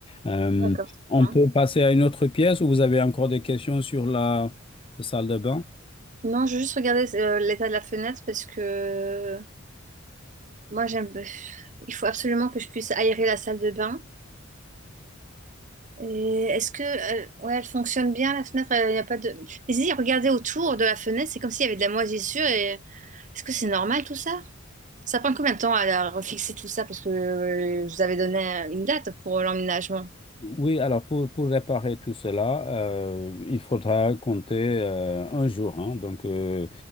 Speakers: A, on the left; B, on the right.
A: Euh,
B: D'accord. c'est
A: on peut
B: bien.
A: passer à une autre pièce où vous avez encore des questions sur la salle de bain?
B: Non, je vais juste regarder euh, l'état de la fenêtre parce que moi, j'aime. Il faut absolument que je puisse aérer la salle de bain. Et est-ce que euh, ouais, elle fonctionne bien la fenêtre? Euh, Il n'y a pas de. Mais si, regardez autour de la fenêtre, c'est comme s'il y avait de la moisissure. Et est-ce que c'est normal tout ça? Ça prend combien de temps à la- refixer tout ça? Parce que euh, je vous avais donné une date pour l'emménagement.
A: Oui, alors pour, pour réparer tout cela, euh, il faudra compter euh, un jour. hein. Donc, euh,